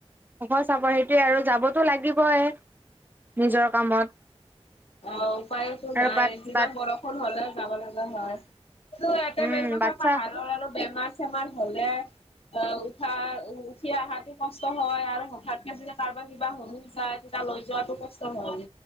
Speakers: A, on the right; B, on the left.
A: খব চাপ সেইটোৱে আৰু যাবতো লাগিবই নিজৰ কামত
B: অ উপায়তো
A: আৰু
B: নাই
A: বাট
B: যিমান
A: বাট
B: বৰষুণ হলেও যাব লগা হয় কি ইয়াতে
A: উম
B: মেইন কথা
A: বাচ্ছা
B: পাহাৰৰ আৰু বেমাৰ চেমাৰ হলে অ উঠা উঠি অহাতো কষ্ট হয় আৰু হঠাৎতে যেতিয়া কাৰোবাৰ কিবা <unintelligible> যায় তেতিয়া অল্প যোৱাৰ পাছত কষ্ট হয়